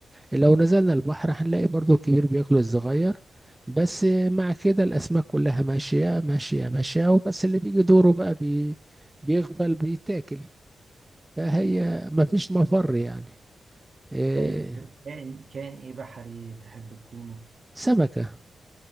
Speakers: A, on the right; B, on the right.
A: لو نزلنا البحر هنلاقي برضو الكبير بياكل الصغير بس مع كده الأسماك كلها ماشية ماشية ماشية وبس اللي بيجي دوره بقى بي بيغفل بيتاكل فهي
B: مم.
A: مفيش مفر يعني إيه
B: طيب كائن كائن ايه بحري تحب تكونه؟
A: سمكة